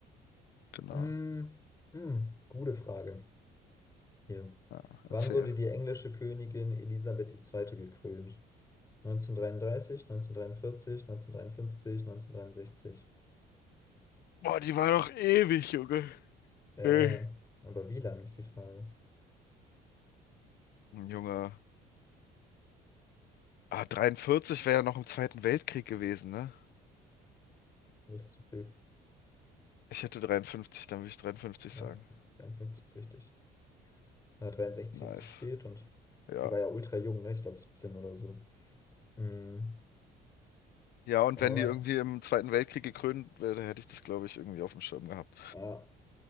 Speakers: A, on the left; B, on the left.
A: Genau.
B: Mm, mm, Gute Frage. Hier.
A: Ja,
B: Wann
A: erzähl.
B: wurde die englische Königin Elisabeth II. gekrönt? 1933, 1943, 1953, 1963.
A: Boah, die war doch ewig, Junge.
B: Ja,
A: Ey.
B: ja. Aber wie lang ist die Frage?
A: Ein Junge. Ah, 43 wäre ja noch im Zweiten Weltkrieg gewesen, ne?
B: Das ist zu früh.
A: Ich hätte 53, dann würde ich 53
B: Ja,
A: sagen.
B: 53 ist richtig. äh, 63
A: Nice.
B: ist zu spät und
A: Ja.
B: die war ja ultra jung, ne? Ich glaube 17 oder so. Mm,
A: Ja, und
B: alright.
A: wenn die irgendwie im Zweiten Weltkrieg gekrönt wäre, hätte ich das, glaube ich, irgendwie auf dem Schirm gehabt.
B: Ja.